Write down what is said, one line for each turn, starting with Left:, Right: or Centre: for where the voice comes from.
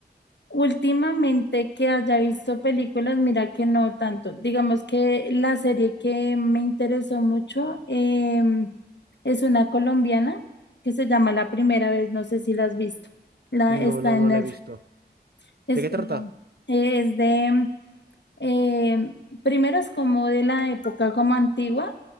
Left: Últimamente que haya visto películas, mira que no tanto. Digamos que la serie que me interesó mucho em, es una colombiana que se llama La Primera Vez, no sé si la has visto. La, está
Right: No, no,
Left: en
Right: no
Left: Netflix,
Right: la he visto.
Left: es,
Right: ¿De qué
Left: colom-
Right: trata?
Left: eh, es de, em, em, primero es como de la época como antigua,